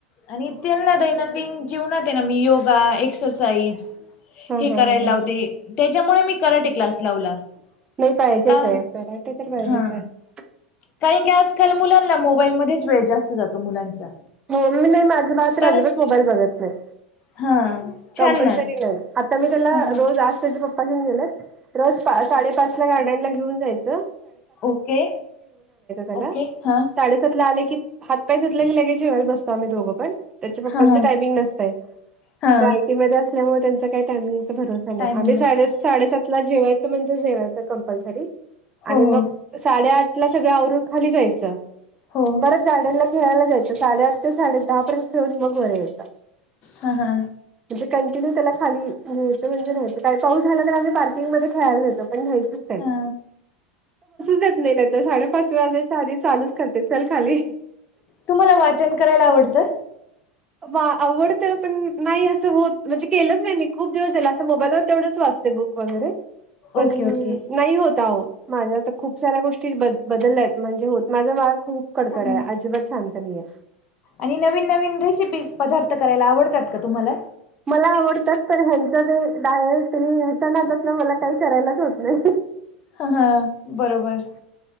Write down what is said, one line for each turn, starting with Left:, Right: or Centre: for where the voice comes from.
Left: आणि त्यांना दैनंदिन जीवनात आहे ना मी योगा एक्सरसाइज
Right: हां,
Left: हे
Right: हां,
Left: करायला
Right: हां, हां.
Left: लावते त्याच्यामुळे मी कराटे क्लास लावला
Right: नाही पाहिजेच
Left: का
Right: आहे कराटे तर पाहिजेच
Left: हा
Right: आहेत
Left: कारण की आजकाल मुलांना मोबाईलमध्येध्येच वेळ जास्त जातो मुलांचा
Right: मम् ममी नाही माझे भात
Left: तर
Right: राजीवच मोबाईल बघत नाही
Left: हा छान
Right: कंपल्सरी
Left: ना
Right: नाही आता मी त्याला
Left: ह
Right: रोज आज त्याच्या पप्पा घेऊन गेलो रोज साडे पाच ला गा जा ख ख
Left: ओके
Right: आणा
Left: ओके हा
Right: आ की हात पाय धत की लगेजेस बसो आम्ही दोघं पण त्याच्या पप्पचं
Left: हा हा
Right: टाइमिंग नसतय
Left: हा
Right: त्या आयटी मध्ये असल्यामुळे त्यांचा काही टायमिंगचा भरोसा नाही
Left: टायमिंग
Right: आम्ही सा
Left: नसत
Right: साडेसात जेवायच म्हणजे जेवायच कंपल्सरी
Left: हो
Right: आणि मग
Left: हो
Right: साडे आठ ला सगळं आवरून खाली जायचं
Left: हो
Right: परत झाडला खेळायला जायचं साडेआठ ते साडे दहा पर्यंत खेळून मग बरे येतं
Left: हा हा
Right: म्हणजे कंटिन्यू त्याला खाली घ्यायं म्हणजे नाहीय का पाऊ झाला तर आम्ही पार्कंगमध्येध्ये खेयला येतो पण नाही सूच
Left: हा
Right: देत नाही नाही तर साडे पाच वाजेच्या आध चालू करते चल खाली
Left: तुम्हाला वाचन करायला आवडतं
Right: वा आवडतं पण नाही असं होत म्हणजे केलंच नाही मी खूप दिवस झाला असं मोबाईलवर तेवढंच वाचत बुक वगैरे पण
Left: ओके ओके
Right: नाही होत हो माझ्या तर खूप साऱ्या गोष्टी ब बदलल्यात म्हणजे होत माझं बाळ खूप कडकडे
Left: ह
Right: अजिबा छांतनीये
Left: आणि नवीन नवीन रेसिपीज पदार्थ करायला आवडतात का तुम्हाला
Right: मला आवडतात पण ह्यांच ते डायट ह्याच्या नादात ना मला काही करायलाच होत नाही
Left: ह हा बरोबर